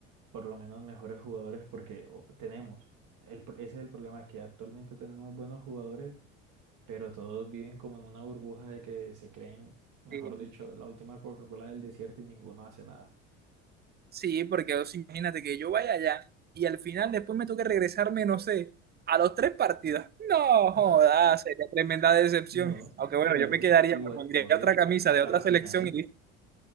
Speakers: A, on the right (about 55°); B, on the right (about 25°).
A: por lo menos mejores jugadores, porque o- tenemos, el, pro- ese es el problema, que actualmente tenemos buenos jugadores, pero todos viven como en una burbuja de que se creen, mejor
B: sí,
A: dicho, la última Coca-Cola del desierto y ninguno hace nada.
B: sí, porque o sea, imagínate que yo vaya allá y al final después me toque regresarme, no sé, a los tres partidos. No,
A: <laughs>
B: joda, sería tremenda decepción.
A: No,
B: Aunque bueno,
A: pero igual,
B: yo me quedaría,
A: igual,
B: me pondría
A: obvio,
B: otra camisa
A: hasta
B: de otra
A: la
B: selección
A: final.
B: y